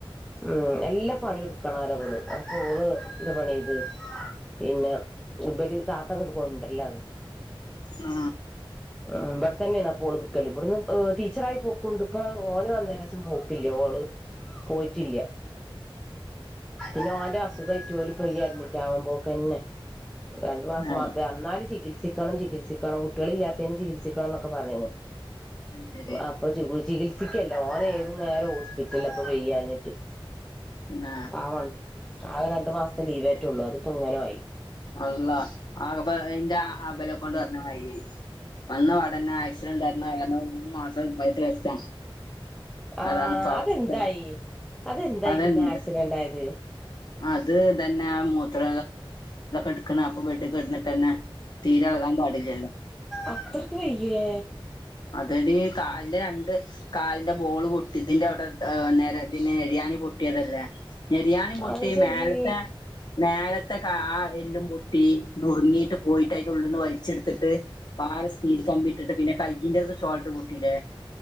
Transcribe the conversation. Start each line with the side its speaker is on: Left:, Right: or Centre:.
Centre: ഉം എല്ലാ പണിയ എടുക്ക കണാലവ ള് അപ്പൊ ഓള് ന്ദ് പണി ചെയ്‌ത് പിന്നെ ഉബൽ താത്ത അങ്ങോട് കൊണ്ടല്ലാണ്
Left: ആ
Centre: ഉ ഇവിടെ തന്നെയണാ ഓൾ നിക്കൽ ഇവിടുന്ന് ടീച്ചറായി പോക്കുണ്ട് ഇപ്പൊ ഓന് വന്നേരസം പോ ക്കില്ല ഓള് പോയിറ്റില്ല പിന്നെ ഓന്റെ അസുഖം ഏറ്റ് ഓല് പ്പ ഇ അഡ്മിറ്റ് ആവാൻ പോക്കെന്നെ രണ്ടു മാസം
Left: ആ
Centre: വന്നാല് ചികിത്സിക്കണം ചികിത്സിക്കണം കുട്ടികളെ ഇല്ലാത്തേന് ചികിത്സിക്കണം ക്കെ പറയുന്നു
Left: അത് ശരി
Centre: അപ്പൊ ചി ിക്കല്ല ഒന് ഏതു നേരം ഹോസ്പിറ്റല ഇപ്പ വെയ്യഞ്ഞിട്ട്
Left: എന്നാ
Centre: പാവണ് ആകെ രണ്ടു മാസത്തെ ലീവറ്റള്ളൂ അതിപ്പോ ഇങ്ങനെ ആയി
Left: അല്ല ആകപ്പ അന്റെ അ ബലം കൊണ്ട് പറഞ്ഞമാതിരിയായി വന്നപടന്നന്നെ ആക്സിഡന്റ് ആയിരുന്ന കാരണം മൂന്ന് മാസം <unintelligible> റസ്‌റ്റ
Centre: ആ
Left: അതാണ്പ്പ അവസ്ഥ
Centre: അതെന്തായി അതെന്തായി
Left: അതെന്ത്
Centre: പിന്നെ ആക്സിഡന്റ് ആയത്
Left: അത് തന്നെ മൂത്ര എടുക്ക അപ്പൊ തന്നെ തീരെ പാടില്ലല്ലോ
Centre: അത്രക്ക് വയ്യേ
Left: അതത് ഈ കാലിന്റെ രണ്ട് കാലിന്റെ ബോള് പൊട്ട് ഇതിന്റെ അവിടെ നേ ഇന് എരിയാനി പൊട്ടിയതല്ലേ മെരിയാണിയ പൊട്ടി
Centre: അത് ശരി
Left: മേലത്തെ നേലത്തെ ആ എല്ലും പൊട്ടി നുറുങ്ങിയിട്ട് പോയിട്ടായിട്ട് ഉള്ളിൽന്ന് വഴച്ചെടുത്തിട്ട് ആ സ്പീൽ കമ്പി ഇട്ടിട്ട് പിന്നെ കയ്യിിന്റെ ോൾട്ട് പൂട്ടീല്ലേ